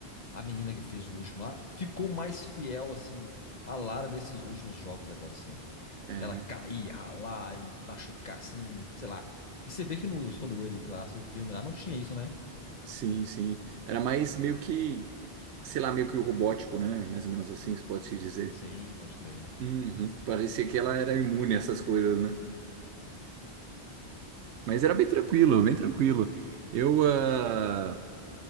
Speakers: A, on the left; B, on the right.
A: a menina que fez o último lá, ficou mais fiel, assim, à Lara desses últimos jogos agora, assim.
B: É.
A: Ela cair, ralar e machucar, assim, sei lá. E você vê que no Tomb Raider clássico, o filme lá, não tinha isso, né?
B: Sim, sim. Era mais meio que, sei lá, meio que o robótico, né? Mais ou menos assim, se pode se dizer.
A: Sim, pode crer.
B: Uhum. Parecia que ela era imune a essas coisas, né? Mas era bem tranquilo, bem tranquilo. Eu. ah,